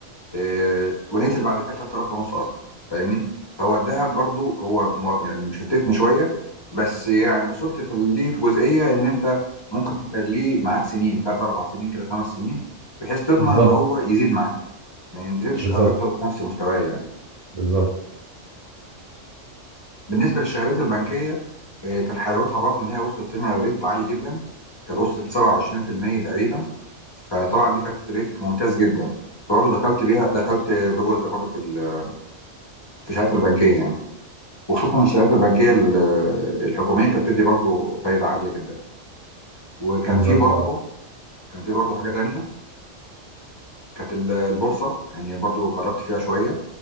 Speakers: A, on the left; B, on the right.
A: آه، ونزل بعد كده 3000 ونص اصلا فاهمني فهو الذهب برضو هو مو- يعني مشتتني شويه بس يعني وصلت في ليه في جزئيه ان انت ممكن تخليه معاك سنين ثلاث اربع سنين كده خمس سنين بحيث تضمن
B: بالظبط
A: ان هو يزيد معاك ما ينزلش
B: بالظبط
A: او يفضل في نفس مستواه يعني
B: بالظبط
A: بالنسبه للشهادات البنكيه آه، كانت حلاوتها برضو ان هي وصلت هنا لريت عالي جدا كانت وصلت 27% تقريبا فطبعا دي كانت ريت ممتاز جدا برضه دخلت بيها دخلت بجزء برضه في ال- في الشهادات البنكيه يعني وخصوصا الشهادات البنكيه ال- الحكوميه كانت بتدي برضو فايده عاليه جدا وكان
B: بالظبط
A: في برضو
B: اه
A: كان في برضو حاجه تانية كانت ال- البورصه يعني برضو جربت فيها شويه